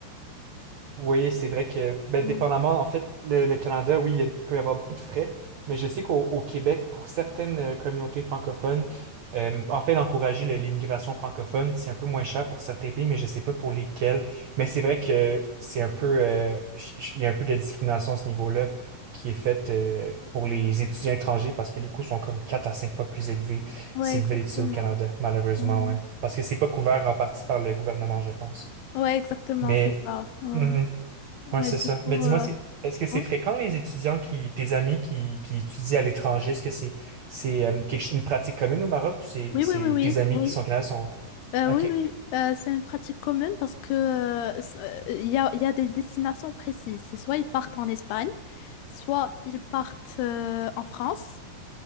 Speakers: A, on the right (about 80°); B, on the left (about 80°).
A: Oui, c'est vrai que, ben,
B: Ouais,
A: dépendamment, en fait, le, le Canada, oui, il y a- il peut y avoir beaucoup de frais, mais je sais qu'au au Québec, pour certaines euh, communautés francophones, euh, en fait, d'encourager le- l'immigration francophone, c'est un peu moins cher pour certains pays, mais je sais pas pour lesquels. Mais c'est vrai que c'est un peu, euh, ch- ch- il y a un peu de discrimination à ce niveau-là qui est faite euh, pour les étudiants étrangers parce que les coûts sont comme 4 à 5 fois plus élevés
B: Ouais,
A: s'ils
B: exactement.
A: veulent étudier au Canada, malheureusement,
B: Ouais,
A: ouais. Parce que c'est pas couvert en partie par le gouvernement, je pense.
B: Ouais, exactement,
A: Mais.
B: c'est ça. Ouais,
A: mm-hmm.
B: Ouais,
A: Ouais, c'est
B: du
A: ça.
B: coup,
A: Mais dis-moi,
B: euh,
A: est-ce que est-ce que c'est
B: ouais.
A: fréquent les étudiants qui, tes amis qui, qui étudient à l'étranger? Est-ce que c'est c'est euh, quelque ch- une pratique commune au Maroc ou c'est
B: oui,
A: c'est
B: oui, oui, oui,
A: tes amis
B: oui.
A: qui sont au Canada sont
B: Euh,
A: OK.
B: oui, oui, Euh, c'est une pratique commune parce que euh, c'est- euh, il y a, il y a des destinations précises. C'est soit ils partent en Espagne, soit ils partent euh, en France,